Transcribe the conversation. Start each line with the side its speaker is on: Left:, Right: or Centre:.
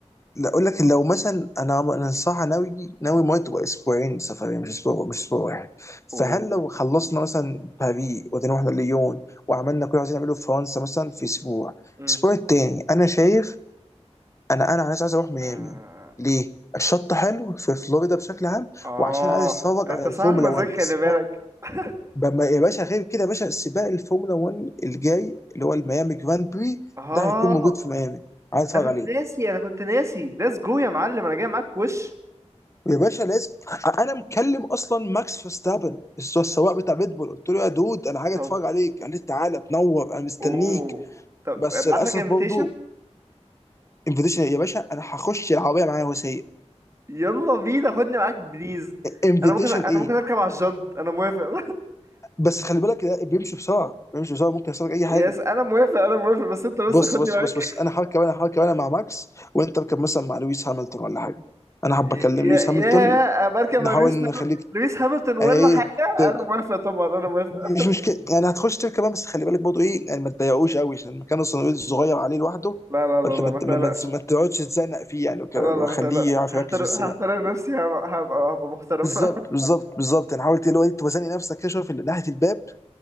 Left: لا اقول لك لو مثلا انا عم- انا صح ناوي ناوي ما تبقى اسبوعين سفريه مش اسبوع مش اسبوع واحد
Right: اوه
Left: فهل لو خلصنا مثلا باريس ودينا واحنا ليون وعملنا كل اللي عايزين نعمله في فرنسا مثلا في اسبوع
Right: أمم.
Left: الاسبوع التاني انا شايف انا انا عايز عايز اروح ميامي
Right: اه
Left: ليه؟ الشط حلو في فلوريدا بشكل عام
Right: آه.
Left: وعشان عايز اتفرج
Right: انت
Left: على الفورمولا
Right: صاحب مزاج
Left: 1
Right: خلي
Left: السباق
Right: بالك <laughs>
Left: بما- يا باشا غير كده يا باشا سباق الفورمولا 1 الجاي اللي هو الميامي جراند بري
Right: اه
Left: ده هيكون موجود في ميامي عايز اتفرج
Right: انا كنت
Left: عليه
Right: ناسي انا كنت ناسي ليتس جو يا معلم انا جاي معاك وش
Left: يا باشا لازم انا مكلم اصلا ماكس فيرستابن الس- السواق بتاع ريد بول قلت له يا دود انا حاجه
Right: طب
Left: اتفرج عليك قال لي تعالى تنور انا مستنيك
Right: اوه طب
Left: بس
Right: ابعت
Left: للاسف
Right: لك انفيتيشن
Left: برضه انفيتيشن يا باشا انا هخش العربيه معايا وسيء
Right: يلا بينا خدني معاك بليز
Left: انفيتيشن
Right: انا ممكن انا
Left: ايه
Right: ممكن اركب على الجنط انا موافق <laughs>
Left: بس خلي بالك ده بيمشي بسرعه بيمشي بسرعه ممكن يحصل لك اي
Right: يس
Left: حاجه
Right: انا موافق انا موافق بس انت بس
Left: بص
Right: خدني
Left: بص
Right: معاك
Left: بص بص انا هركب انا هركب انا مع ماكس وانت اركب مثلا مع لويس هامilton ولا حاجه انا حابب
Right: يا
Left: اكلم لويس
Right: يا
Left: هامilton
Right: بركب
Left: نحاول
Right: مع لويس
Left: نخليك
Right: لويس هامilton ولا
Left: ايه
Right: حاجه
Left: ت-
Right: انا موافق طبعا انا موافق
Left: مش مشكلة يعني هتخش تبكي كمان بس خلي بالك برضه ايه يعني ما تضايقوش قوي عشان المكان الصغير الصغير عليه لوحده
Right: لا لا لا
Left: فانت ما
Right: لا ما تقلقش
Left: ما ما- ما تقعدش تتزنق فيه يعني وكده
Right: لا
Left: لو
Right: لا ما
Left: خليه
Right: تقلقش
Left: يعرف
Right: هحترم
Left: يركز في السباق
Right: هحترم نفسي هبقى هبقى هبقى محترم
Left: بالظبط
Right: <laughs>
Left: بالظبط بالظبط يعني حاول اللي هو إيه، توازني نفسك كده شويه في ناحيه الباب